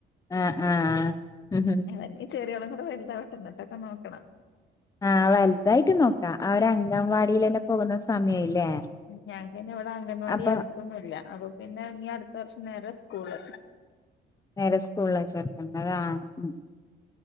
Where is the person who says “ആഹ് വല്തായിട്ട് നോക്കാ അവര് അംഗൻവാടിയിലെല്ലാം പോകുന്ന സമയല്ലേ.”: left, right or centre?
Left